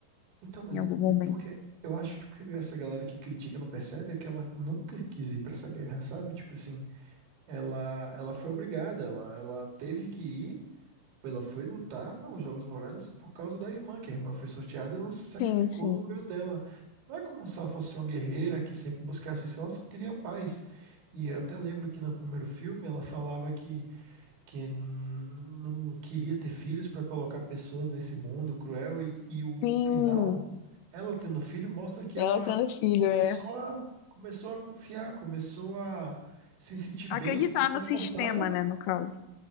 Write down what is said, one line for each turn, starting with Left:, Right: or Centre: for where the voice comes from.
Right: Então, mas
Left: em algum
Right: é-
Left: momento.
Right: o, porque eu acho que essa galera que critica não percebe é que ela nunca quis ir pra essa guerra, sabe? Tipo assim, ela, ela foi obrigada, ela, ela teve que ir. Ela foi lutar os Jogos Vorazes por causa da irmã, que a irmã foi sorteada e ela se sacrificou
Left: Sim, sim.
Right: no lugar dela. Não é como se ela fosse uma guerreira que sempre buscasse isso, ela só queria paz. E eu até lembro que no primeiro filme ela falava que, que n- não queria ter filhos para colocar pessoas nesse mundo cruel, e, e o,
Left: Sim.
Right: o final, ela tendo filho, mostra que
Left: Ela
Right: ela
Left: tendo filho,
Right: começou
Left: é.
Right: a, começou a confiar, começou a se sentir bem
Left: Acreditar
Right: e confortável
Left: no sistema, né, no caso.